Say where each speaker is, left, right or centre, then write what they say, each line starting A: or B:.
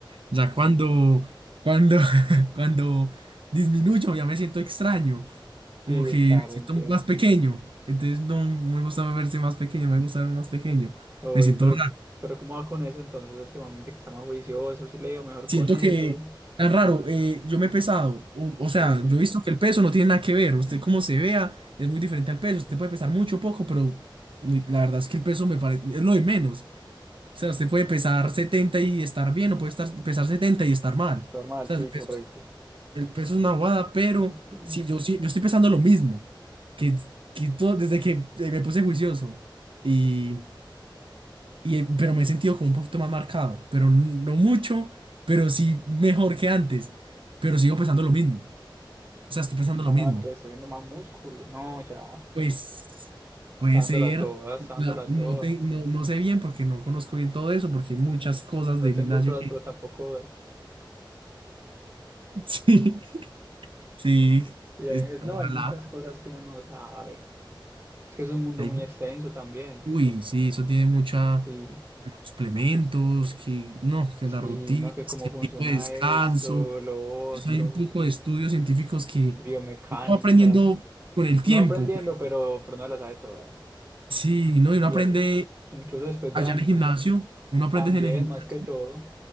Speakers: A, on the right; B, on the right.
A: ya cuando, cuando, <laughs> cuando disminuyo ya me siento extraño, como
B: Sí,
A: que
B: claro,
A: me siento
B: entiendo.
A: más pequeño, entonces no no me gusta verse más pequeño, me gusta verme más pequeño,
B: Oye,
A: me siento
B: pero,
A: raro,
B: pero ¿cómo va con eso entonces últimamente que está más juicioso? ¿Sí le ha ido mejor
A: siento
B: con eso?
A: que tan raro, eh, yo me he pesado, o, o sea,
B: Sí, sí,
A: yo he visto que el peso no tiene nada que ver, usted cómo se vea es muy diferente al peso, usted puede pesar mucho o poco, pero la verdad es que el peso me parece, es lo de menos. O sea, usted puede pesar 70 y estar bien, o puede estar, pesar 70 y estar mal.
B: es normal,
A: O sea,
B: sí,
A: el peso,
B: correcto.
A: es el peso es una bobada, pero
B: <clears throat>
A: si yo, sí yo estoy pesando lo mismo, que, que todo- desde que eh, me puse juicioso, y, y, eh, pero me he sentido como un poquito más marcado, pero n- no mucho, pero sí mejor que antes, pero sigo pesando lo mismo. O sea, estoy pesando lo
B: Ah,
A: mismo.
B: entonces está haciendo más músculo. No, ya.
A: Pues puede
B: Está dándola
A: ser,
B: toda, está dándola
A: la- no,
B: toda.
A: te- no, no sé bien porque no conozco bien todo eso, porque hay muchas cosas
B: No
A: del
B: tengo
A: gimnasio
B: pruebas,
A: que...
B: pero tampoco.
A: <laughs> sí Sí,
B: Y hay-
A: es-
B: es- no,
A: ojalá.
B: hay muchas cosas que uno no sabe. Es que es un mundo
A: Ahí-
B: muy extenso también.
A: Uy, sí, eso tiene mucha
B: Sí,
A: muchos suplementos, que no, que
B: sí,
A: las rutinas,
B: no, que cómo
A: que
B: funciona
A: el tipo de descanso.
B: eso, lo otro,
A: Eso hay un poco de estudios científicos que
B: biomecánica.
A: uno va aprendiendo con el tiempo.
B: uno va aprendiendo,
A: Pero,
B: pero, pero no las sabe todas.
A: sí, ¿no? Y uno
B: Y
A: aprende
B: ahí, incluso después
A: allá
B: de años,
A: en el gimnasio, uno aprende
B: también,
A: en el gimnasio.
B: más que todo.